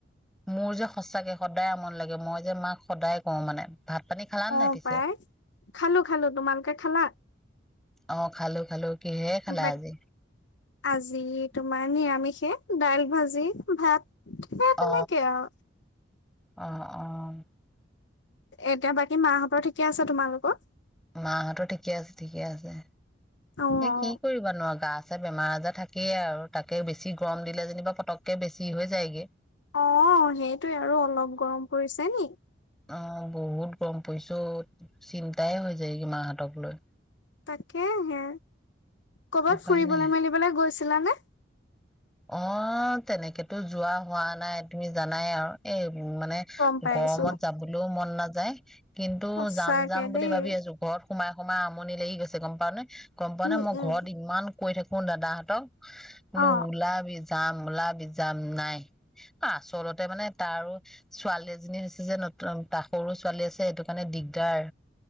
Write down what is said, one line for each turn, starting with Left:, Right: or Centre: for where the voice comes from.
Centre: মোৰ যে সঁচাকে সদায় আমনি লাগে মই যে মাক সদায় কওঁ মানে ভাত পানী খালা
Left: অ'
Centre: নাই পিছে
Left: পাই খালো খালো। তোমালোকে খালা?
Centre: অ খালো খালো কিহে খালা
Left: বাট
Centre: আজি
Left: আজি তোমাৰ নিৰামিষে দাইল ভাজি ভাত সেই তেনেকে
Centre: অ
Left: আৰু।
Centre: আহ আহ
Left: এতিয়া বাকী মাহঁতৰ ঠিকে আছে তোমালোকৰ
Centre: মাহঁতো ঠিকে আছে ঠিকে আছে
Left: অ'
Centre: এ কি কৰিবা নো গাত তাতে বেমাৰ আজাৰ থাকেই আৰু তাকে বেছি গৰম দিলে যেনিবা পতককে বেছি হৈ যায়গে
Left: অ সেইটোৱে আৰু অলপ গৰম পৰিছে নি
Centre: অ বহুত গম পৰিছো অ চিন্তাই হৈ যায়গে মাহঁতক লৈ
Left: তাকে হে কৰ'বাত
Centre: উপায়
Left: ফুৰিবলৈ
Centre: নাই
Left: মেলিবলৈ গৈছে ছিলা নে
Centre: অ তেনেকেতো যোৱা হোৱা নাই তুমি জানাই আৰু এই উ মানে
Left: গম পাইছো
Centre: গৰমত যাবলৈও মন নাযায় কিন্তু
Left: সঁচাকে
Centre: যাম যাম বুলি
Left: দেই।
Centre: ভাবি আছো ঘৰত সোমাই সোমাই আমনি আমনি লাগি গৈছে গম পা নে গম পোৱা নে
Left: উম
Centre: মই
Left: উম
Centre: ঘৰত ইমান কৈ থাকো কোন দাদাহঁতক বোলো
Left: অ
Centre: ওলাবি যাম ওলাবি যাম নাই আচলতে মানে তাৰো ছোৱালী এজনী হৈছে যে ন ত সৰু ছোৱালী আছে সেইটো কাৰণে দিগদাৰ।